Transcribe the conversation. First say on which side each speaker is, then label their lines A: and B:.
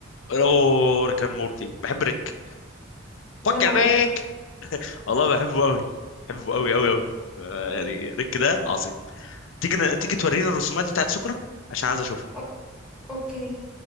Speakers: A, on the left (about 75°); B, in the centre.
A: اوه ريك اند مورتي بحب ريك
B: وأنا
A: فكر
B: برضو
A: ريك والله بحبه قوي بحبه قوي قوي قوي اه، يعني ريك ده عظيم تيجي تيجي تورينا الرسومات بتاعت سكرة عشان عايز اشوفها
B: أوك. أوكي